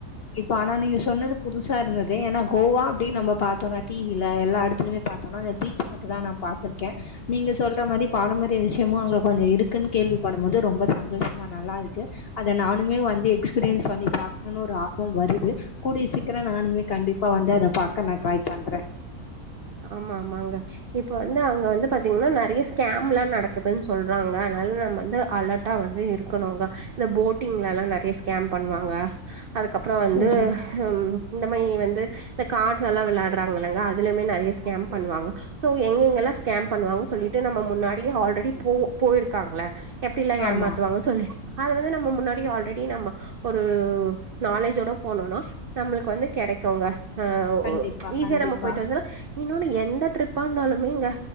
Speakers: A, on the left; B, on the right.
A: இப்ப ஆனா நீங்க சொன்னது புதுசா இருந்தது ஏன்னா கோவா அப்டினு நம்ம பாத்தோனா டி வில எல்லா இடத்துலயுமே பாத்தோனா அந்த பீச் மட்டும் தா நான் பாத்திருக்க நீங்க சொல்ற மாரி பாரம்பரிய விஷயமோ அங்க கொஞ்சோ இருக்குன்னு கேள்விப்பட போது ரொம்ப சந்தோஷமா நல்லா இருக்கு அத நானுமே வந்து எக்ஸ்பீரியன்ஸ் பண்ணி பார் கனு ஒரு ஆர்வம் வருது கூடிய சீக்கிரம் நானுமே கண்டிப்பா வந்து அத பாக்க நா ட்ரை பண்ற
B: ஆமா ஆமாங்க இப்ப வந்து அங்க வந்து பாத்தீங்கன்னா நறையா ஸ்கேம்லாம் நடக்குதுன்னு சொல்றாங்க அதனால நம்ம வந்து அலெர்ட்டா வந்து இருக்கணுங்க இந்த போட்டிங்லலா நறையா ஸ்கேம் பண்ணுவாங்க அதுக்கப்புறோ வந்து
A: சரி.
B: ம் இந்த மாரி வந்து இந்த கார்ட்லலா வெளயாடுறாங்க இல்லங்க அதுலயுமே நறைய ஸ்கேம் பண்ணுவாங்க சோ எங்க எங்கெல்லாம் ஸ்கேம் பண்ணுவாங்கு சொல்லிட்டு நம்ம முன்னாடியே ஆல்ரெடி பூ போ போயிருக்காங்கள எப்படில்லா ஏமாத்துவாங்கன்
A: ஆமா.
B: சொல்லிட்டு அது வந்து நம்ம முன்னாடி ஆல்ரெடி நம்ம ஒரு நாலேஜோட போனோம்னா நம்மளுக்கு வந்து கெடைக்கோங்க ஆ ஒ
A: கண்டிப்பா,
B: ஈஸியா
A: கண்டிப்பா.
B: நம்ம போயிட்டு வந்தர்லா இன்னொனு எந்த ட்ரிப்பா இருந்தாலுமேங்க